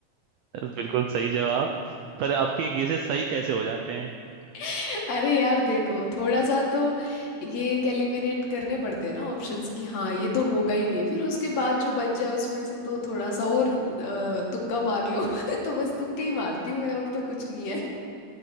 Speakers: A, on the right; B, on the left.
A: बिल्कुल सही जवाब पर आपके गेसेस सही कैसे हो जाते हैं
B: <laughs> अरे यार देखो थोड़ा सा तो ये एलिमिनेट करने पड़ते हैं ना ऑप्शंस की हाँ ये तो होगा ही नहीं फिर उसके बाद जो बच जाए उसमें से तो थोड़ा सा और अ, तुक्का मार लो <laughs> तो बस तुक्के ही मारती हूँ मैं और तो कुछ नहीं है